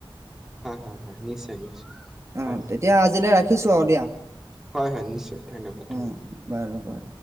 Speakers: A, in the centre; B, on the right.
A: হয় হয় হয় নিশ্চয় নিশ্চয়
B: <unintelligible>
A: হয় হয়
B: ৰাখিছোঁ আৰু দিয়া
A: হয় হয় নিশ্চয় ধন্যবাদ
B: অ
A: ধন্যবাদ
B: বাৰু বাৰু।